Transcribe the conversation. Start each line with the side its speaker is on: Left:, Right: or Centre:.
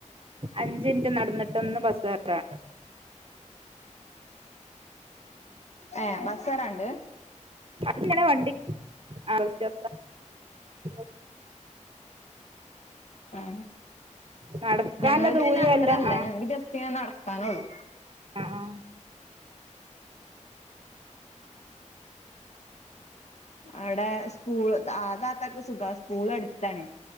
Right: അഞ്ചിൻറ്റ് നടന്നിട്ടൊന്ന് ബസകേറി ട്ടാ
Left: ഏ ബ സ്സറാണ്ട്
Right: അപ്പങ്ങനെ വണ്ടി <unintelligible>
Left: ആ
Right: നടക്കാൻള്ള
Left: ഞങ്ങൾക്ക്
Right: ദൂരൊല്ല
Left: പിന്നെത്രല്ല
Right: ആഹ്
Left: ഞങ്ങക്ക് ജസ്റ്റ്ങ്ങനെ നടക്കാനുള്ളു
Right: ആഹ്
Left: അവ്ടെ സ്കൂൾ ആ താത്താക്ക് സുഖാ സ്കൂൾ അടു തണെ